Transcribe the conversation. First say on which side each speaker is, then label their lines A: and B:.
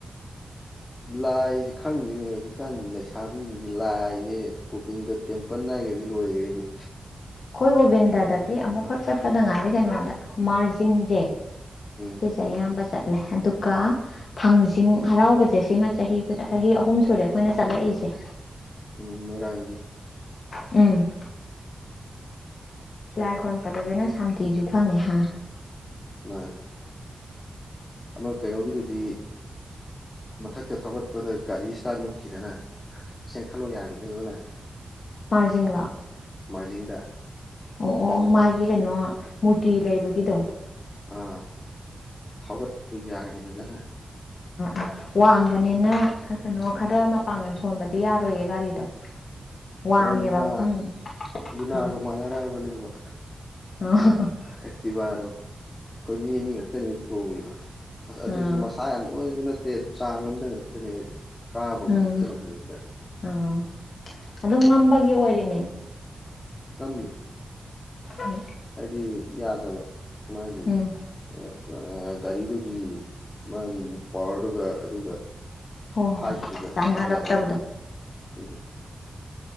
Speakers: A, on the left (about 35°); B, on the left (about 70°).
A: ꯂꯥꯏꯖꯦ ꯈꯪꯗꯦꯅꯦ ꯍꯧꯖꯤꯛꯀꯥꯟ ꯂꯩꯁꯥꯕꯤꯖꯤꯡꯖꯦ ꯂꯥꯏꯖꯦ ꯒꯣꯕꯤꯟꯗ ꯇꯦꯝꯄꯟ ꯍꯥꯏꯒꯗꯤ ꯂꯣꯏꯒ꯭ꯔꯦꯅꯦ
B: ꯈꯣꯏ ꯒꯣꯕꯤꯟꯗꯗꯗꯤ ꯑꯃꯨꯛꯈꯛ ꯆꯠꯄꯗ ꯉꯥꯏꯗꯤ ꯀꯩꯅꯣꯗ ꯃꯥꯔꯖꯤꯡꯖꯦ
A: ꯎꯝ
B: ꯁꯤꯁꯦ ꯑꯌꯥꯝꯕ ꯆꯠꯂꯦ ꯑꯗꯨꯒ ꯊꯥꯡꯖꯤꯡ ꯍꯔꯥꯎꯕꯖꯦ ꯁꯤꯃ ꯆꯍꯤ ꯆꯍꯤ ꯑꯍꯨꯝ ꯁꯨꯔꯦ ꯑꯈꯣꯏꯅ ꯆꯠꯂꯛꯏꯖꯦ
A: ꯎꯝ ꯃꯣꯔꯥꯡꯒꯤ
B: ꯎꯝ ꯂꯥꯏ ꯈꯣꯔꯝ ꯆꯠꯄꯖꯤꯅ ꯁꯥꯟꯇꯤꯖꯨ ꯐꯪꯉꯦ ꯍꯥ
A: ꯃꯥꯟ ꯑꯃ ꯀꯩꯅꯣꯒꯤꯗꯨꯗꯤ ꯃꯊꯛꯇ ꯊꯧꯒꯠꯄꯗ ꯒꯥꯔꯤ ꯏꯁꯇꯥꯔ꯭ꯠ ꯃꯨꯠꯈꯤꯗꯅ ꯆꯦꯡꯈꯠꯂꯣ ꯌꯥꯒꯤꯗꯗꯅ
B: ꯃꯥꯔꯖꯤꯡꯂꯣ
A: ꯃꯥꯔꯖꯤꯡꯗ
B: ꯑꯣ ꯑꯣ ꯑꯣ ꯃꯥꯒꯤ ꯀꯩꯅꯣ ꯃꯨꯔꯇꯤ ꯂꯩꯕꯒꯤꯗꯣ
A: ꯑ ꯊꯧꯒꯠꯄ ꯌꯥꯒꯤꯗꯗꯅ
B: ꯑ ꯋꯥꯡꯕꯅꯤꯅ ꯀꯩꯅꯣ ꯈꯔ ꯃꯄꯥꯡꯒꯜ ꯁꯣꯟꯕꯗꯤ ꯌꯥꯔꯣꯏꯌꯦ ꯒꯥꯔꯤꯗꯣ ꯋꯥꯡꯉꯦꯕ
A: ꯄꯨꯔꯥ ꯂꯨꯅꯥ
B: ꯃꯐꯝꯗꯨ
A: ꯂꯨꯅꯥꯒ
B: ꯑꯥ
A: ꯃꯥꯟꯅꯔꯑꯕꯅꯦꯕ
B: <unintelligible>
A: ꯑꯦꯛꯇꯤꯕꯔꯣ ꯈꯣꯢ ꯃꯤ ꯑꯅꯤ ꯈꯛꯇꯅꯤ ꯇꯣꯡꯉꯤꯗꯣ ꯑꯁ ꯑꯗꯨꯖꯨ
B: ꯑꯥ ꯑꯥ
A: ꯃꯁꯥ ꯌꯥꯝ ꯅꯣꯏꯕ ꯅꯠꯇꯦ ꯑꯗꯨ ꯆꯥꯡ ꯑꯝꯗ ꯉꯛꯇꯅꯦ ꯀꯥꯕ ꯉꯝꯃꯛꯇ꯭ꯔꯥꯃꯦꯅ
B: ꯎꯝ ꯑꯣ ꯑꯗꯨꯝ ꯉꯝꯕꯒꯤ ꯑꯣꯏꯔꯤꯅꯦ
A: ꯉꯝꯃꯤ
B: ꯎꯝ
A: ꯍꯥꯏꯗꯤ ꯌꯥꯗꯕ ꯃꯥꯒꯤ
B: ꯎꯝ
A: ꯑ ꯑ ꯒꯥꯔꯤꯗꯨꯒꯤ ꯃꯥꯒꯤ ꯄꯋꯥꯔꯗꯨꯒ ꯑꯗꯨꯒ
B: ꯍꯣꯏ ꯍꯣꯏ
A: ꯍꯥꯏꯠꯇꯨꯒ
B: ꯆꯥꯟꯅꯔꯛꯇꯕꯗꯣ
A: ꯌꯥꯗꯕ ꯎꯝ